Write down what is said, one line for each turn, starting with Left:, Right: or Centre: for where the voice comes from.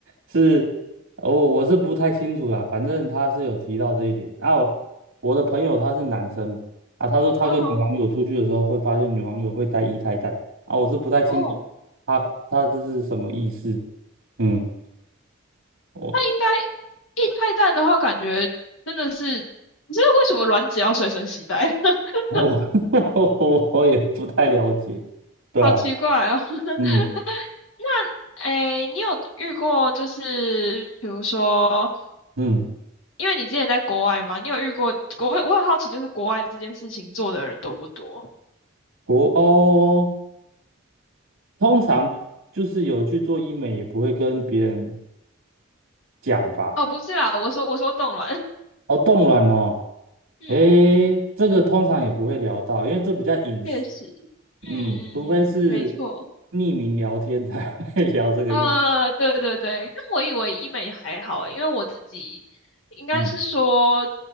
Right: 是，我我是不太清楚啦，反正他是有提到这一点。然后我的朋友他是男生嘛，啊，他说他跟女网友出去的时候会发现女网友会带液态氮，
Left: 哦
Right: 啊，我是不太清楚他他这是什么意思，
Left: 哦，
Right: 嗯。我。
Left: 那应该一态蛋的话，感觉真的是，知是为什么卵子要随身携带？<laughs>
Right: 我 <laughs> 我也不太了解，对啊，
Left: 好奇怪哦。<laughs>
Right: 嗯
Left: 那，诶，你有遇过就是比如说，
Right: 嗯，
Left: 因为你之前在国外嘛，你有遇过国外？我很好奇，就是国外这件事情做的人多不多？
Right: 国欧通常就是有去做医美，也不会跟别人讲吧？
Left: 哦，不是啦，我说我说冻卵，
Right: 哦，冻卵哦，
Left: <laughs> 嗯，
Right: 诶，这个通常也不会聊到，因为这比较隐私，
Left: 确实，嗯嗯嗯，
Right: 嗯，除非是
Left: 没错。
Right: 匿名聊天才会 <laughs> 聊这个议题，
Left: 呃，对对对，但我以为医美还好欸因为我自己应该是说，
Right: 嗯